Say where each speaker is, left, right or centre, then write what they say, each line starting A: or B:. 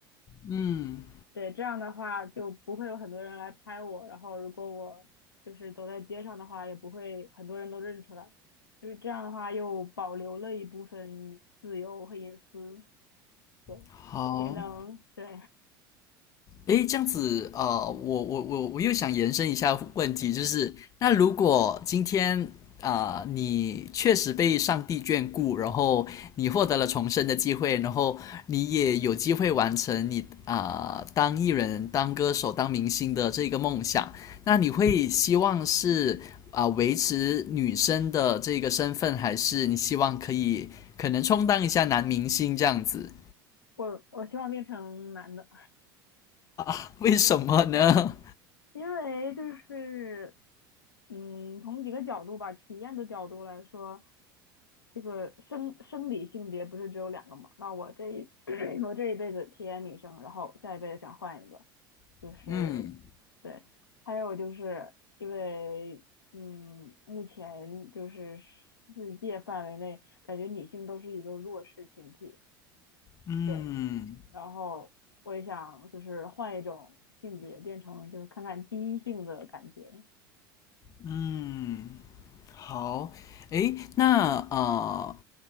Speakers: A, on the left; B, on the left.
A: 嗯，
B: 对，这样的话就不会有很多人来拍我，然后如果我就是走在街上的话，也不会很多人都认出来。就是这样的话，又保留了一部分自由和隐私，对，
A: 好，
B: 也能，对，
A: 诶，这样子，呃，我我我我又想延伸一下问题，就是那如果今天啊、呃你确实被上帝眷顾，然后你获得了重生的机会，然后你也有机会完成你啊、呃当艺人、当歌手、当明星的这个梦想，那你会希望是啊、维持女生的这个身份，还是你希望可以可能充当一下男明星这样子？
B: <laughs> 我我希望变成男的。
A: <laughs> 为什么呢？
B: 因为就是，嗯，从几个角度吧，体验的角度来说，这个生生理性别不是只有两个嘛？那我这一 <clears throat> 我这一辈子体验女生，然后下一辈子想换一个，
A: <laughs>
B: 就是对。
A: 嗯。
B: 还有就是因为，嗯，目前就是世界范围内，感觉女性都是一个弱势群体，
A: 嗯
B: 对。然后我也想就是换一种性别，变成就是看看第一性的感觉。
A: 嗯，好，诶，那呃，